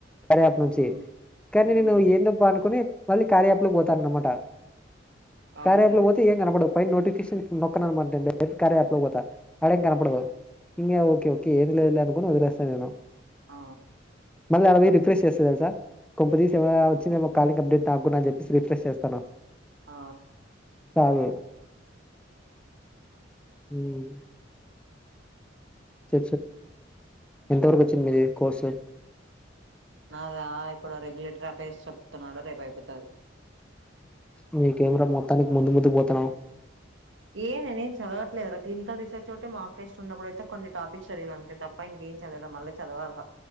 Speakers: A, in the centre; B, on the right (about 70°).
A: కార్యాప్ నుంచి
B: మ్మ్
A: కానీ
B: మ్మ్
A: నేను ఏం దబ్బ అనుకొని మళ్ళీ కార్య ఆప్ లోకి పోతాన్న అనమాట
B: అవునులే
A: కార్య యాప్ లోకి పోతే ఏం కనపడవు పైన నోటిఫికేషన్ నొక్క <unintelligible> కార్య ఆప్ పోతా ఆడేం కనపడదు ఇంకా ఓకే ఓకే ఏమి లేదులే అనుకుని వదిలేస్తాను నేను
B: ఆ
A: మళ్ళా ఆడ రిఫ్రెష్ చేస్తా తెలుసా కొంపదీసి ఏమైనా వచ్చిందేమో కాలింగ్ అప్డేట్ నాకు అని చెప్పేసి రిఫ్రెష్ చేస్తాను
B: ఆ
A: సరే మ్మ్ స ఎంత వరకు వచ్చిందిది కోర్స్
B: నాద ఇప్పుడు రెగ్యులేటర్ ఆ ఫేస్ చెప్తున్నాడు రేపు అయిపోతుంది
A: మీకేం రా మొత్తానికి ముందు ముందుకు పోతున్నావ్
B: ఏ నేనేం చదవట్లేదుా క్లిక రీసెర్చ్ ఒకటి మాార్క్ టెస్ట్ ఉన్నప్పుడయితే కొన్ని టాపిక్స్ చదివివ అంతే తప్ప ఇంక ఏం చదవాల మళ్ళీ చదవాల